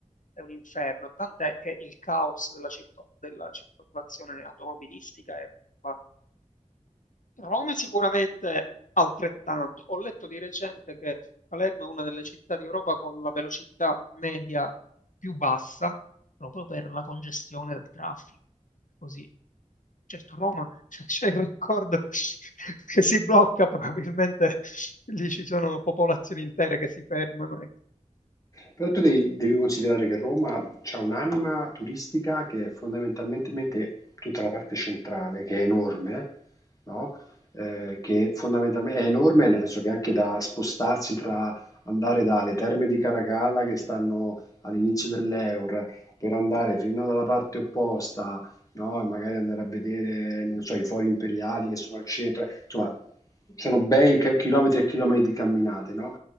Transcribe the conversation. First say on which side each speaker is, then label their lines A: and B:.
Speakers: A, on the left (about 85°); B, on the left (about 25°).
A: è un inferno, tant'è che il caos della, circo- della circolazione automobilistica è... ma- Roma è sicuramente altrettanto. Ho letto di recente che Palermo è una delle città d'Europa con la velocità media più bassa, proprio per la congestione del traffico. Così. Certo, Roma <laughs> c'è il record che si blocca probabilmente Lì ci sono popolazioni intere che si fermano e...
B: Però tu devi, devi considerare che Roma ha un'anima turistica che è fondamentalmente tutta la parte centrale, che è enorme, no? Eh, che fondamentalmente è enorme nel senso che anche da spostarsi tra andare dalle terme di Caracalla che stanno all'inizio dell'Eur per andare fino dalla parte opposta, no? E magari andare a vedere, non so, i fori imperiali che sono al centro, insomma, sono bei ca- chilometri e chilometri di camminate, no?